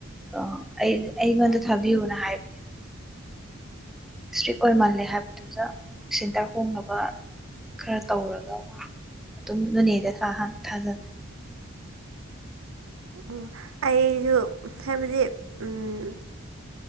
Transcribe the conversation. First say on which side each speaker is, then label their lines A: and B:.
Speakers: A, in the centre; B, on the right.
A: ꯑ ꯑꯩ ꯑꯩꯉꯣꯟꯗ ꯊꯥꯕꯤꯌꯨꯅ ꯍꯥꯏꯕꯅꯦ ꯏꯁꯇ꯭ꯔꯤꯛ ꯑꯣꯏ ꯃꯜꯂꯦ ꯍꯥꯏꯕꯗꯨꯗ ꯁꯦꯟꯇꯔ ꯍꯣꯡꯅꯕ ꯈꯔ ꯇꯧꯔꯒ ꯃꯥ ꯑꯗꯨꯝ ꯅꯣꯅꯦꯗ <unintelligible> ꯊꯥꯖꯟꯂꯦ
B: ꯎꯝ ꯑꯩꯖꯨ ꯍꯥꯏꯕꯗꯤ ꯎꯝ